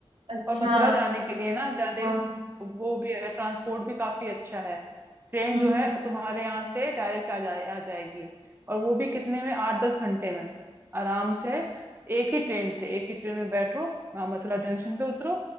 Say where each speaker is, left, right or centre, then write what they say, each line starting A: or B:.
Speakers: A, on the right (about 60°); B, on the right (about 20°).
A: अच्छा
B: और मथुरा जाने के लिए ना ज्यादा
A: हाँ
B: वो भी है ट्रांसपोर्ट भी काफी अच्छा है ट्रेन
A: हम्म
B: जो है तुम्हारे यहाँ से डायरेक्ट आ जाए आ जाएगी और वो भी कितने में आठ दस घंटे में आराम से एक ही ट्रेन से एक ही ट्रेन में बैठो वहाँ मथुरा जंक्शन पे उतरो